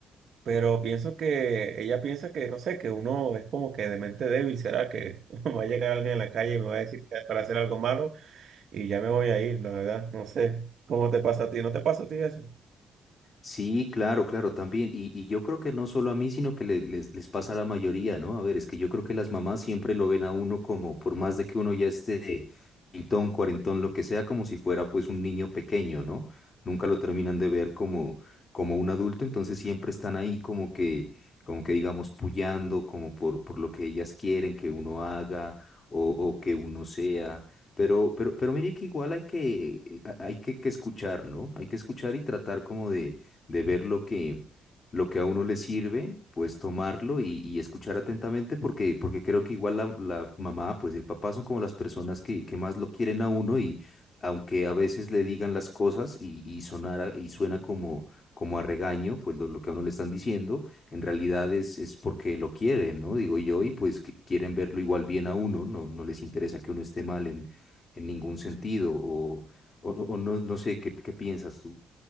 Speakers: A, on the right; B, on the left.
A: Pero pienso que ella piensa que, no sé, que uno es como que de mente débil, ¿será que <laughs> va a llegar alguien en la calle y me va a decir que- para hacer algo malo? y ya me voy a ir, la verdad. No sé cómo te pasa a ti, ¿no te pasa a ti eso?
B: Sí, claro, claro, también. Y, y yo creo que no solo a mí, sino que le- les, les pasa a la mayoría, ¿no? A ver, es que yo creo que las mamás siempre lo ven a uno como, por más de que uno ya esté pintón, cuarentón, lo que sea, como si fuera pues un niño pequeño, ¿no? Nunca lo terminan de ver como, como un adulto, entonces siempre están ahí como que, como que digamos, puyando, como por, por lo que ellas quieren que uno haga o, o que uno sea. Pero, pero, pero mire que igual hay que, eh, hay que que escuchar, ¿no? Hay que escuchar y tratar como de de ver lo que, lo que a uno le sirve, pues tomarlo y, y escuchar atentamente, porque, porque creo que igual la, la mamá, pues el papá son como las personas que, que más lo quieren a uno y aunque a veces le digan las cosas y, y sonara, y suena como, como a regaño, pues lo, lo que a uno le están diciendo, en realidad es, es porque lo quieren, ¿no? Digo yo, y pues que quieren verlo igual bien a uno, no, no les interesa que uno esté mal en, en ningún sentido, o, o, o no, no sé qué, qué piensas tú.